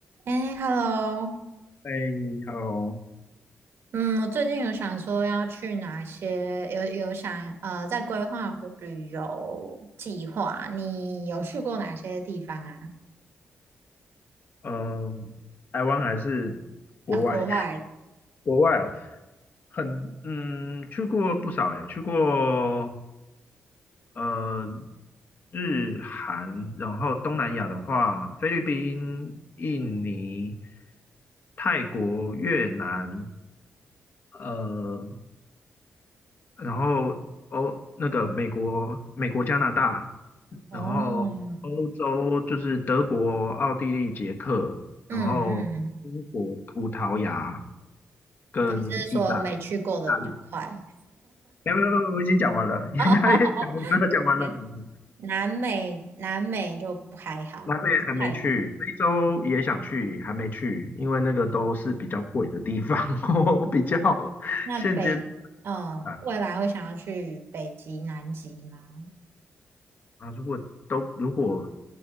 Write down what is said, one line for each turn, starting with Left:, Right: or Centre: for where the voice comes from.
Right: 哎，Hello，
Left: 哎你好。
Right: 嗯，我最近有想说要去哪些，有有想呃，在规划我的旅游计划。你有去过哪些地方啊？
Left: 嗯，台湾还是国外？
Right: 啊，国外？
Left: <laughs> 国外哦，很嗯，去过不少诶，去过呃日韩，然后东南亚的话，菲律宾、印尼、泰国、越南，呃，然后欧那个美国、美国、加拿大，
Right: 哦，
Left: 然后欧洲就是德国、奥地利、捷克，
Right: 嗯嗯，
Left: 然后英国、葡萄牙跟意大利。
Right: 你是说没去过的比较快？
Left: 大陆没有没有没有，我已经讲完了，<laughs> 应该讲完了，
Right: <laughs> 哦，OK，
Left: 讲完了，讲完了。
Right: 南美南美就不还好，
Left: 南美还没去，
Right: 太远。
Left: 非洲也想去，还没去，因为那个都是比较贵的地方，<laughs> 我比较
Right: 那北，
Left: 现阶
Right: 嗯，
Left: 段
Right: 未来会想要去北极、南极吗？
Left: 啊，如果都如果